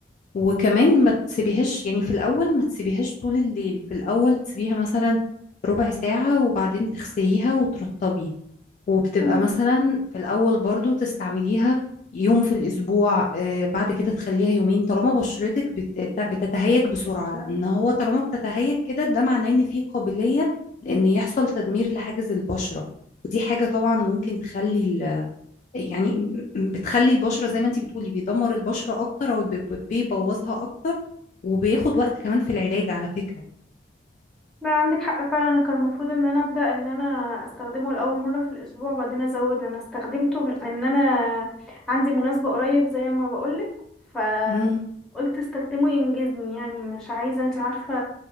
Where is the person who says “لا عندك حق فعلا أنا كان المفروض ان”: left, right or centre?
Centre